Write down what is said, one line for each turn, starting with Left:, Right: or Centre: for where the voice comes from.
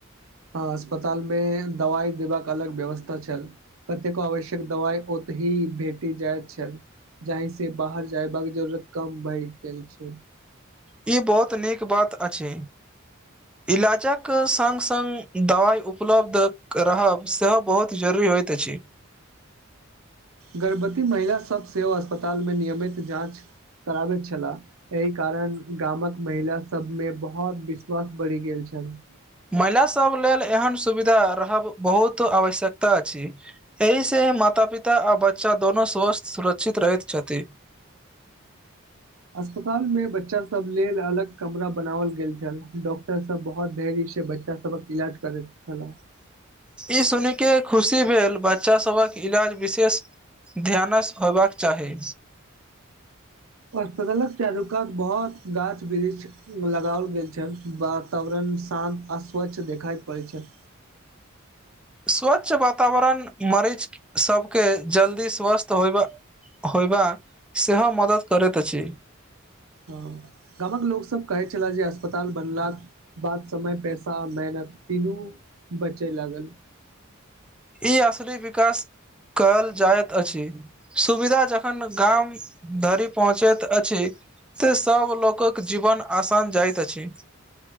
Right: हँ अस्पताल में दवाइ देबाक अलग व्यवस्था छल कतेको आवश्यक दवाइ ओतहि भेटी जाइत छल जाहि से बाहर जयबाक जरूरत कम भए गेल छय
Centre: ई बहुत नीक बात अछि इलाजक सङ्ग सङ्ग दवाइ उपलब्ध रहब सेहो बहुत जरूरी होइत अछि
Right: गर्भवती महिला सब सेहो अस्पतालमे नियमित जाँच कराबैत छलाह एहि कारण गामक महिला सभमें बहुत विश्वास बढ़ि गेल छनि
Centre: महिलास सब लेल एहन सुविधा रहब बहुत आवश्यकता अच्छ एहिसँ माता पिता आ बच्चा दुनू स्वस्थ सुरक्षित रहैत छथि
Right: अस्पताल में बच्चा सब लेल अलग कमरा बनाओल गेल छल डॉक्टर सब बहुत धैर्य से बच्चा सबक इलाज करैत छल
Centre: ई सुन के खुशी भेल बच्चा सबक इलाज विशेष ध्यानसँ होबाक चाही
Right: अस्पतलक चारू कात बहुत गाछ वृक्ष लगाओल गेल छ वातावरण शान्त आ स्वच्छ देखाई पड़ैत छइन
Centre: स्वच्छ वातावरण मरीज सबके जल्दी स्वस्थ होयबा होयव सेहो मदद करैत अछि
Right: हँ गामक लोकसभ कहैत छलए जे अस्पताल बनलक बाद समय पैसा मेहनत तीनू बचय लागल
Centre: ई असनी विकास कल जाइत अछि सुविधा जखन गाम धरि पहुँचैत अछि से सब लोकक जीवन आसान जाइतइत अछि